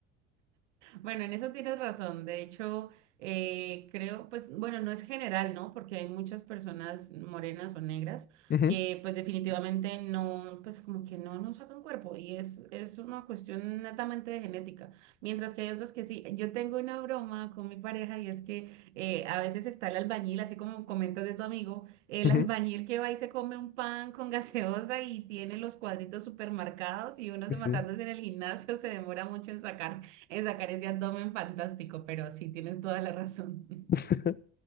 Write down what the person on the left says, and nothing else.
Ujú,
ujú,
Sí.
<laughs>